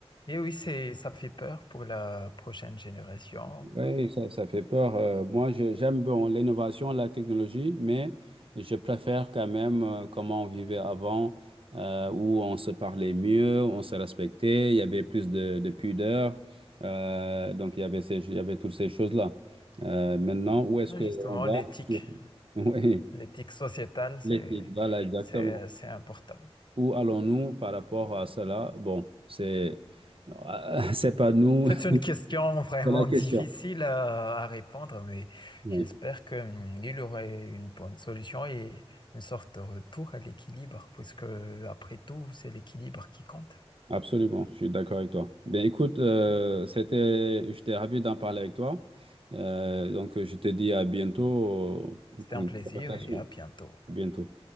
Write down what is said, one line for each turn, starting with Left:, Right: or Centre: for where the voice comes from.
Left: Et, et oui, c'est, ça fait peur pour la prochaine génération.
Right: Oui, ça, ça fait peur. Euh, moi, je- j'aime bon, l'innovation, la technologie, mais je préfère quand même euh, comment on vivait avant, euh, où on se parlait mieux, on se respectait, il y avait plus de, de pudeur. Euh, donc, il y avait ces, il y avait toutes ces choses-là. Euh, maintenant, où est-ce
Left: Ouais,
Right: qu'on
Left: Justement,
Right: va?
Left: l'éthique,
Right: sur- <laughs> Oui,
Left: l'éthique sociétale, c'est,
Right: l'éthique, voilà, exactement.
Left: c'est, c'est important.
Right: Où allons-nous par rapport à cela? Bon, c'est, <laughs> c'est pas nous,
Left: C'est une question
Right: <laughs>
Left: vraiment
Right: c'est la question.
Left: <laughs> difficile à, à répondre, mais
Right: Oui.
Left: j'espère que, hum, il aurait une bonne solution et une sorte de retour à l'équilibre, puisque après tout, c'est l'équilibre qui compte.
Right: Absolument, je suis d'accord avec toi. Ben écoute, euh, c'était, j'étais ravi d'en parler avec toi. Euh, donc je te dis à bientôt euh,
Left: C'est
Right: pour
Left: un
Right: une
Left: plaisir
Right: conversation.
Left: et à bientôt.
Right: À bientôt.